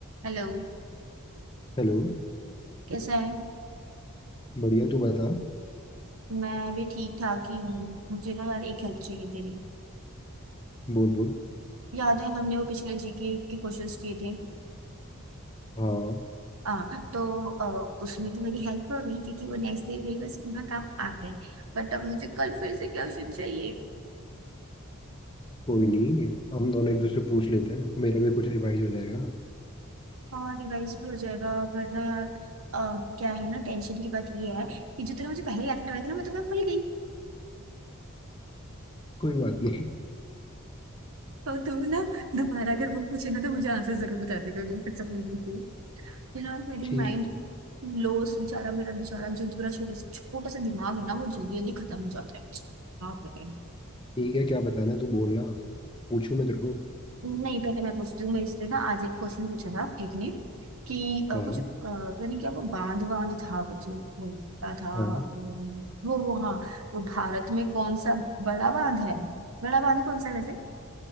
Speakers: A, on the right; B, on the left.
A: Hello
B: Hello
A: कैसा है
B: बढ़िया तू बता
A: मैं भी ठीक ठाक ही हूँ मुझे ना यार एक हेल्प चाहिए तेरी
B: बोल बोल
A: याद है हमने वो पिछले जीके के क्वेश्चंस किए थे
B: हाँ
A: हाँ तो अ, उसमें तो मेरी हेल्प हो गई क्योंकि वो नेक्स्ट डे मेरे स्कूल में काम आ गए बट अब मुझे कल फिर से क्वेश्चन चाहिए
B: कोई नहीं हम दोनों एक दूसरे पूछ लेते हैं मेरा भी कुछ रिवाइज हो जाएगा
A: हाँ रिवाइज भी हो जाएगा वरना यार अ, क्या है ना टेंशन की बात ये है कि जो तूने मुझे पहले याद करवाया था ना मैं तो मैं भूल गई
B: कोई बात नहीं
A: तो तू ना दोबारा अगर वो पूछे ना तो मुझे आंसर जरूर बता देगा मैं फिर से भूल गई थी। है ना मेरी
B: ठीक
A: माइंड
B: है
A: लॉस बेचारा मेरा बेचारा जो मेरा छोटा सा छोटा सा दिमाग है ना वो जल्दी जल्दी खत्म हो जाता है क्या करें
B: ठीक है क्या बताना तू बोलना पूछूं मैं तेरे को
A: नहीं पहले मैं पूछती हूँ मेरे से ना आज एक क्वेश्चन पूछा था एक ने कि अ,
B: हाँ
A: कुछ अ, पता नहीं क्या वो बांध बांध था कुछ वो क्या था
B: हाँ
A: अम, वो वो हाँ वो भारत में कौन सा बड़ा बांध है बड़ा बांध कौन सा है वैसे